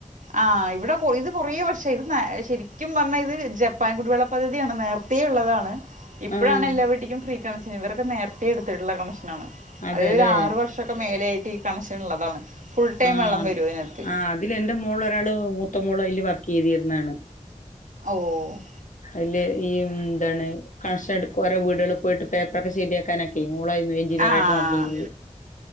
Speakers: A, on the right; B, on the left.
A: ആഹ് ഇവിടെ ഇത് കുറേ വർഷായി ഇത് ശരിക്കും പറഞ്ഞാൽ ഇത് ജപ്പാൻ കുടിവെള്ള പദ്ധതിയാണ് നേർത്തേ ഉള്ളതാണ്. ഇപ്പഴാണ്
B: ആഹ്
A: എല്ലാ വീട്ടിക്കും ഫ്രീ കണഷൻ ഇവരൊക്കെ നേരത്തെേ എടുത്തിട്ടുള്ള കമ്മീഷൻ ആണ്.
B: അതെല്ലേ
A: അത് ഒരു ആറ് വർഷൊക്കെ മേലയായിട്ട് ഈ കണക്ഷൻ ഉള്ളതാണ്. ഫുൾ ടൈം
B: ആഹ്
A: വെള്ളം വരും ഇതിനകത്ത്
B: ആ അതിൽ എന്റെ മോൾ ഒരാള് മുത്തമോള് വർക് ർക്ക് ചെയ്തിരുന്നതാണ്
A: ഓഹ്
B: അതില് ഈ എന്താണ് <unintelligible> ഒറെേ വീടുക പോയിട്ട് പേപ്പറൊക്കെ ശരിയാക്കാനൊക്കെ മള എൻജിനീയറായിട്ട്
A: ആ
B: നടന്നിരുന്നു